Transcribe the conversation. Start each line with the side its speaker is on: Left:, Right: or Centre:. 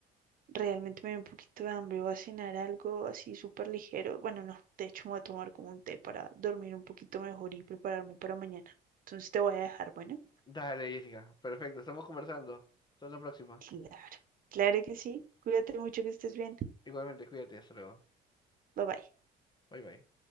Right: Realmente me dio un poquito de hambre. Voy a cenar algo así súper ligero. Bueno, no, de hecho me voy a tomar como un té para dormir un poquito mejor y prepararme para mañana. Entonces te voy a dejar, bueno.
Left: Dale, Jessica. Perfecto, estamos conversando. Hasta la próxima.
Right: Claro, claro que sí. Cuídate mucho, que estés bien.
Left: Igualmente, cuídate, hasta luego.
Right: Bye bye.
Left: Bye bye.